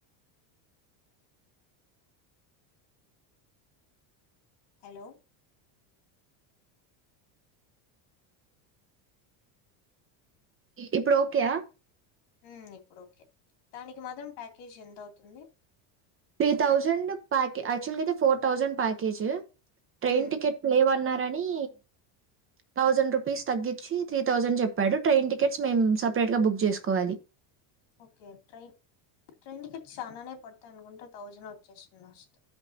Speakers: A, on the left (about 70°); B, on the right (about 25°).
A: హలో
B: ఇప్పుడు ఓకేయా
A: ఉ ఇప్పుడు ఓకే దానికి మాత్రం ప్యాకేజీ ఎంత అవుతుంది
B: త్రీ థౌజండ్ ప్యాక్ యాక్చువల్గా అయితే ఫోర్ థౌజండ్ ప్యాకేజ్ ట్రైన్
A: హ్మ్
B: టికెట్ లేవన్నారని థౌజండ్ రూపీస్ తగ్గించి త్రీ థౌజండ్ చెప్పాడు ట్రైన్ టికెట్స్ మేము సపరేట్ గా బుక్ చేసుకోవాలి
A: ఓకే ట్రైన్ ట్రైన్ టికెట్స్ చాలానే పడతాయి అనుకుంటా థౌజండ్ వచ్చేస్తుంది ఫస్ట్